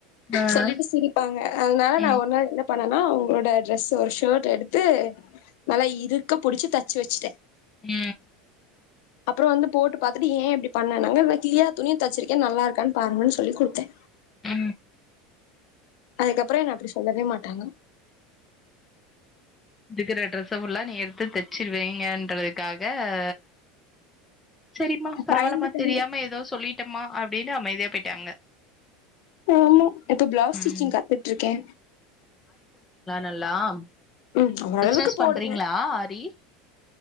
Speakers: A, on the left; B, on the left.
A: ஆ
B: சொல்லிட்டு சிரிப்பாங்க அதனால நா
A: ம்
B: ஒரு நாள் என்ன பன் பண்ணனா அவங்களோட ட்ரெஸ்ஸ ஒரு ஷர்ட்ட எடுத்து நல்லா இருக்க புடிச்சு தச்சு வச்சுட்டே
A: உ
B: அப்பறோ வந்து போட்டு பாத்துட்டு ஏ இப்டி பண்ணநாங்க நா கிளியா துணிய தச்சிருக்கே நல்லா இருக்கான்னு பாருங்கன்னு சொல்லி குடுத்தே
A: உ
B: அதுக்கப்பறோ என்ன அப்டி சொல்லவே மாட்டாங்க
A: இருக்குற ட்ரெஸ்ஸ ஃபுல்லா நீங்க எடுத்து தச்சிருவீங்கன்றதுக்காக ஆ சரிமா பரவாயில்லமா
B: பயந்துட்டாங்க
A: தெரியாம ஏதோ சொல்லிட்டேம்மா அப்டின்னு அமைதியா போயிட்டாங்க
B: ஆமா இப்ப பிளவுஸ்
A: ம்
B: ஸ்டிச்சிங் கத்துட்டு இருக்கே
A: நல்லாம்
B: ம் ஓரளவுக்கு
A: பிசினஸ் பண்றீங்களா
B: போடுவே
A: ஆரி